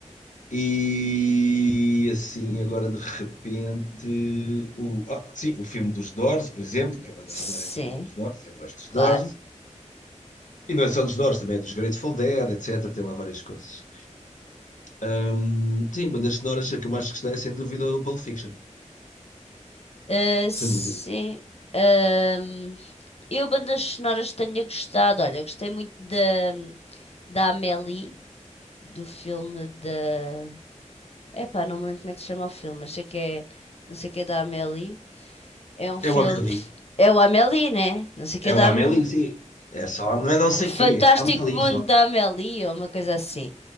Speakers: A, on the left; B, on the left.
A: E assim, agora de repente, o, ah, sim, o filme dos Doors, por exemplo, que a banda
B: Sim,
A: sonora é toda dos Doors, eu gosto dos
B: claro.
A: Doors, e não é só dos Doors, também é dos Grateful Dead, etc. Tem lá várias coisas. Hum, sim, bandas sonoras, a que eu mais gostei é sem dúvida é o Pulp Fiction,
B: Ah, sim.
A: sem dúvida.
B: Ahm, eu, bandas sonoras, tenho gostado. Olha, gostei muito da, da Amélie, do filme da. Epá, não me lembro como é que se chama o filme, mas sei que é. Não sei o que é da Amélie. É um filme.
A: É o Amélie,
B: É o Amélie, né? Não sei o
A: é
B: que é
A: o
B: da
A: Amélie,
B: Amélie.
A: sim, é só, não é não sei
B: O Fantástico
A: o quê, é Amélie
B: Mundo
A: só,
B: da Amélie, ou uma coisa assim.